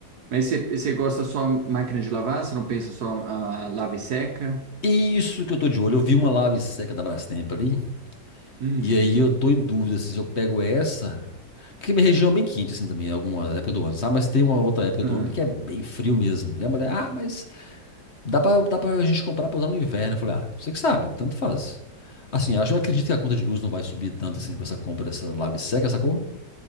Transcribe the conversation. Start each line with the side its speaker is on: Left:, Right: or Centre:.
Right: Mas você você gosta só máquina de lavar? Você não pensa só a, a lava e seca?
Left: Isso que eu tô de olho. Eu vi uma lave seca da Brastemp ali,
Right: Hum.
Left: e aí eu tô em dúvida assim, se eu pego essa. Porque minha região é bem quente, assim, também, em algumas épocas do ano, sabe? Mas tem uma outra época
Right: Ah,
Left: do ano que é bem frio mesmo. E a mulher, ah, mas dá pra, dá pra gente comprar pra usar no inverno. Eu falei, ah, você que sabe, tanto faz. Assim, acho, eu acredito que a conta de luz não vai subir tanto assim com essa compra dessa lave seca, sacou?